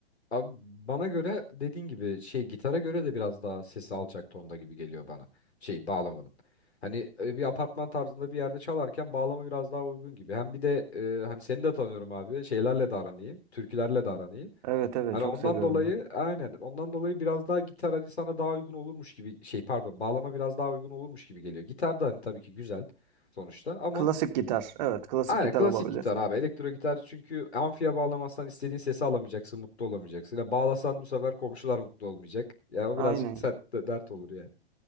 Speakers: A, on the left; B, on the right.
A: Abi bana göre dediğin gibi şey gitara göre de biraz daha sesi alçak tonda gibi geliyor bana. Şeyin bağlamanın. Hani e, bir apartman tarzında bir yerde çalarken bağlama biraz daha uygun gibi. Hem bir de e, hani seni de tanıyorum abi. Şeylerle de aran iyi. Türkülerle de aran iyi.
B: Evet evet
A: Hani
B: çok
A: ondan
B: seviyorum
A: dolayı
B: ben.
A: aynen ondan dolayı biraz daha gitar hani sana daha uygun olurmuş gibi şey pardon bağlama biraz daha uygun olurmuş gibi geliyor. Gitar da hani tabii ki güzel sonuçta ama
B: Klasik gitar. Evet klasik
A: Aynen
B: gitar
A: klasik
B: olabilir.
A: gitar abi. Elektro gitar çünkü amfiye bağlamazsan istediğin sesi alamayacaksın, mutlu olamayacaksın. Ya bağlasan bu sefer komşular mutlu olmayacak. Ya o
B: Aynen
A: birazcık sert de- dert olur yani.